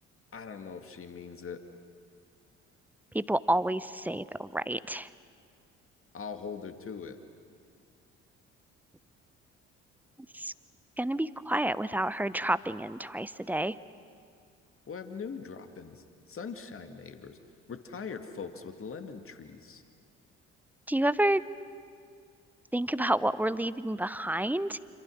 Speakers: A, on the left; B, in the centre.
A: I don't know if she means it.
B: People always say they'll write.
A: I'll hold her to it.
B: It's gonna be quiet without her dropping in twice a day.
A: We'll have new drop ins, sunshine neighbors, retired folks with lemon trees.
B: Do you ever think about what we're leaving behind